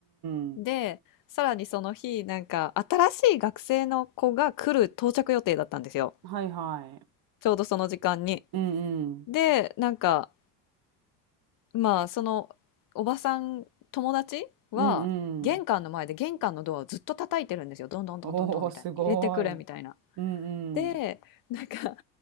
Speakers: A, on the right; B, on the left.
A: うんうん。
B: で、さらにその日、なんか、新しい学生の子が来る到着予定だったんですよ。
A: はいはい。
B: ちょうどその時間に。
A: うんうん。
B: で、なんか、まあ、その、おばさん、友達は、
A: うんうん。
B: 玄関の前で玄関のドアをずっと叩いてるんですよ。どんどんどんどんどんみたいな。
A: おー、すごい。
B: 入れてくれみたいな。
A: うんうん。
B: で、なんか、